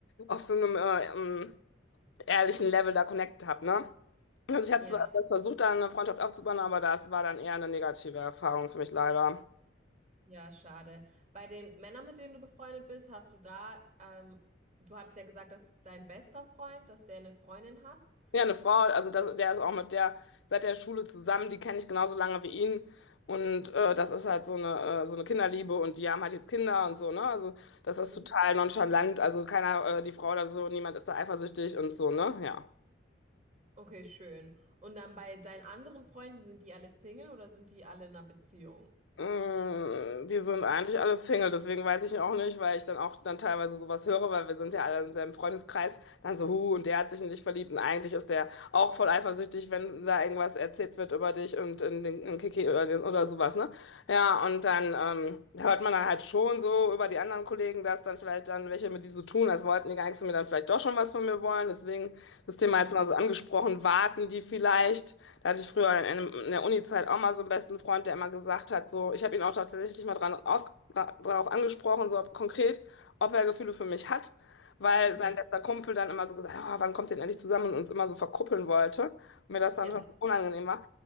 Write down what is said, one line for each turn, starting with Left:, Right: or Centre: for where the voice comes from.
Left: auf so einem äh, ähm, ehrlichen Level da connected habe, ne? Also ich habe
Right: Ja.
Left: zwar erst was versucht, da eine Freundschaft aufzubauen, aber das war dann eher eine negative Erfahrung für mich leider.
Right: Ja, schade. Bei den Männern, mit denen du befreundet bist, hast du da, ähm, du hattest ja gesagt, dass dein bester Freund, dass der eine Freundin hat.
Left: Ja, eine Frau, also das, der ist auch mit der seit der Schule zusammen, die kenne ich genauso lange wie ihn. Und äh, das ist halt so eine, äh, so eine Kinderliebe und die haben halt jetzt Kinder und so, ne? Also das ist
Right: Mhm.
Left: total nonchalant. Also keiner, äh, die Frau oder so, niemand ist da eifersüchtig und so, ne? Ja.
Right: Okay, schön. Und dann bei deinen anderen Freunden, sind die alle Single oder sind die alle in einer Beziehung?
Left: Mm, Die sind eigentlich alle Single, deswegen weiß ich auch nicht, weil ich dann auch dann teilweise sowas höre, weil wir sind ja alle in seinem Freundeskreis, dann so, hu und der hat sich in dich verliebt und eigentlich ist der auch voll eifersüchtig, wenn da irgendwas erzählt wird über dich und in den in Kiki oder, den, oder sowas, ne? Ja, und dann ähm, hört man dann halt schon so über die anderen Kollegen, dass dann vielleicht dann welche mit die so tun, als wollten die gar nichts von mir, dann vielleicht doch schon was von mir wollen, deswegen das Thema
Right: Mhm.
Left: jetzt mal so angesprochen, warten die vielleicht? Da hatte ich früher in, einem- in der Uni-Zeit auch mal so einen besten Freund, der immer gesagt hat, so, ich habe ihn auch tatsächlich mal dran auf, dra- drauf angesprochen, so ob, konkret, ob er Gefühle für mich hat, weil
Right: Mhm.
Left: sein bester Kumpel dann immer so gesagt hat, oh, wann kommt ihr denn endlich zusammen und uns immer so verkuppeln wollte und mir das dann
Right: Ja.
Left: schon so unangenehm war.